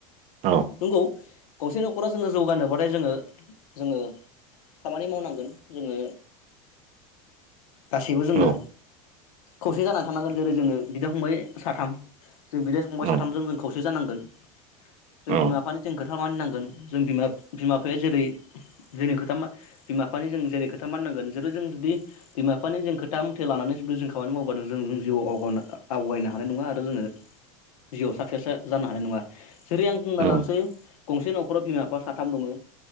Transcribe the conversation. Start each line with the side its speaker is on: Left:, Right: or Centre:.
Right: औ
Left: नंगौ गंसे न'खरा जोङो जौगानोबाथाय जोङो जोङो खामानि मावनांगोन जोङो
Right: <inaudible>
Left: गासैबो जोङो
Right: औ
Left: खौसे जानानै थानांगोन। जेरै जोङो बिदा फंबाय साथाम जों बिदा संबाय
Right: औ
Left: साथामजों जों खौसे जानांगोन जों
Right: औ
Left: बिमा बिफानि जों खोथा मानिनांगोन। जों बिमा बिमा बिफाया जेरै जोंनि खोथा बिमा बिफानि जों जेरै खोथा मानिनांगोन जेरै जों जुदि बिमा बिफानि जों खोथा मथे लानानै जुदि जों खामानि मावबानो जोंनि जिउआव आवगायनो हानाय नङा। आरो जोङो जिउआव साक्सेस जानो हानाय नङा। जेरै आं बुंना
Right: औ
Left: लानोसै गंसे न'खराव बिमा बिफा साथाम दङो।